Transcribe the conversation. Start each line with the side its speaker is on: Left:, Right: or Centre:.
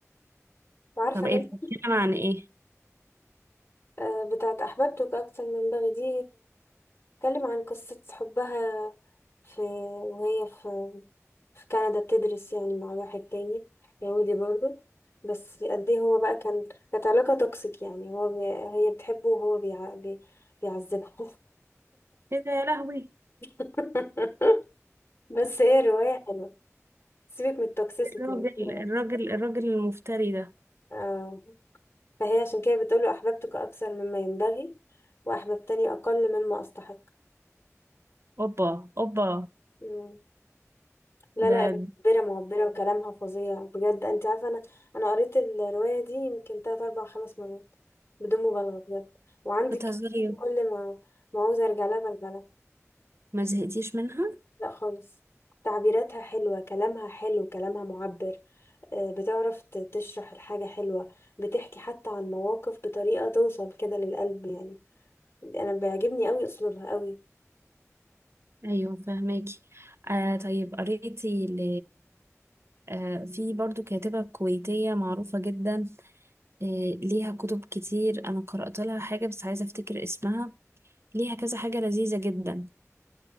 Left: وعارفة
Right: طب ايه
Left: ناس
Right: بتتكلم عن ايه؟
Left: آه، بتاعت أحببتك أكتر من بغي دي بتتكلم عن قصة حبها في وهي في في كندا بتدرس يعني مع واحد تاني يهودي برضو بس قد ايه هو بقى كان كانت علاقة توكسيك يعني هو بي... هي بتحبه وهو بيع... بي... بيعذبها
Right: ايه ده يا لهوي
Left: <laughs> بس هي الرواية حلوة سيبك من التوكسيسيتي
Right: الراجل
Left: اللي فيها.
Right: الراجل الراجل المفتري ده
Left: اه فهي عشان كده بتقوله أحببتك أكثر مما ينبغي وأحببتني أقل مما أستحق
Right: اوبا اوبا
Left: مم. لا
Right: ده
Left: لا معبرة معبرة وكلامها فظيع بجد أنت عارفة أنا أنا قريت الرواية دي يمكن تلات أربع خمس مرات بدون مبالغة بجد وعندي
Right: بتهزري
Left: ك- كل ما ما عاوزة أرجع لها برجع لها
Right: ما زهقتيش منها؟
Left: لا خالص تعبيراتها حلوة كلامها حلو كلامها معبر آه، بتعرف ت- تشرح الحاجة حلوة بتحكي حتى عن مواقف بطريقة توصل كده للقلب يعني أنا بيعجبني قوي أسلوبها قوي
Right: ايوه فهماكي آه طيب قريتي ل... آه في برضو كاتبة كويتية معروفة جدا آه ليها كتب كتير انا قرأت لها حاجة بس عايزة افتكر اسمها ليها كذا حاجة لذيذة جدا